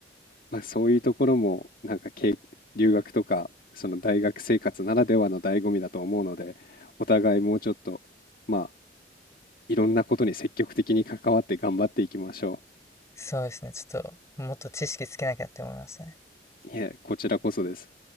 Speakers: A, on the left; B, on the left.
A: まあ、そういうところもなんかけい留学とかその大学生活ならではの醍醐味だと思うのでお互いもうちょっとまあいろんなことに積極的に関わって頑張っていきましょ
B: そうですね、ちょっと、もっと知識つけなきゃって思いましたね。
A: う。いえ、こちらこそです。